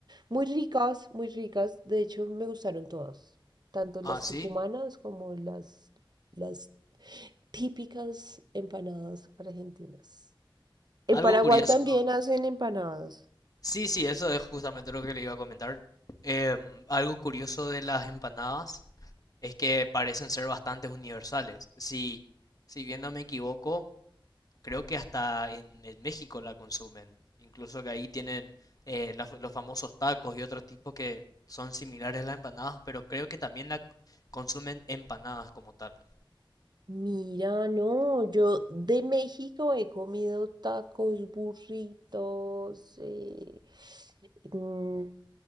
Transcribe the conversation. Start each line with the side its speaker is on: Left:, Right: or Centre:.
Right: Muy ricas, muy ricas. De hecho, me gustaron todas, tanto las
Left: Ah, sí.
Right: tucumanas como las, las típicas empanadas argentinas. En
Left: Algo
Right: Paraguay
Left: curioso.
Right: también hacen empanadas.
Left: Sí, sí, eso es justamente lo que le iba a comentar. Em, algo curioso de las empanadas es que parecen ser bastante universales. Si, si bien no me equivoco, creo que hasta en, en México la consumen. Incluso que ahí tienen eh, la- los famosos tacos y otros tipos que son similares a las empanadas, pero creo que también la c- consumen empanadas como tal.
Right: Mira, no, yo de México he comido tacos, burritos, eh, mm,